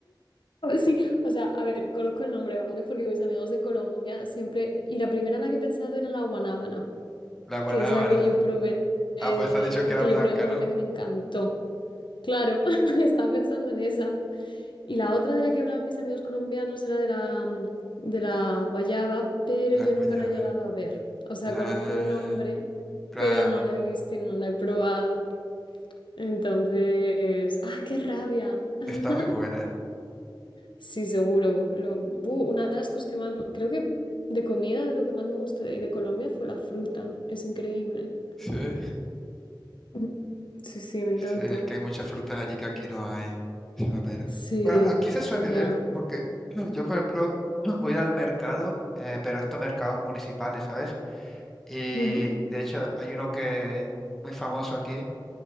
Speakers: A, on the left; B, in the centre.
A: No, Sí, o sea, a ver, conozco el nombre, ¿vale? Porque mis amigos de Colombia siempre, y la primera en la que he pensado era la guanábana,
B: la guanábana.
A: que es la que yo probé, eh,
B: Ah, pues has dicho que era
A: que
B: blanca,
A: yo probé en Colombia
B: ¿no?
A: que me encantó. Claro, <laughs> estaba pensando en esa. Y la otra de la que hablaban mis amigos colombianos era de la, mm, de la guayaba, pero
B: La
A: yo
B: guayaba.
A: nunca la he llegado a ver. O sea,
B: Ah,
A: conozco el nombre,
B: claro.
A: pero no la he visto y no la he probado. Entonces, ¡ah, qué rabia! <laughs>
B: Está muy buena.
A: Sí, seguro. Lo, bu, una de las cosas que más, creo que de comida, lo que más me gustó de ahí de Colombia fue la fruta. Es increíble.
B: Sí.
A: Mm. Sí, sí, me encantó.
B: Sí, es que hay muchas frutas allí que aquí no hay. Es una pena.
A: Sí,
B: Bueno, aquí se suele
A: ya.
B: ver porque no, yo, por ejemplo, <clears throat> voy al mercado, eh, pero estos mercados municipales, ¿sabes? Y
A: Ujú,
B: de hecho hay uno que muy famoso aquí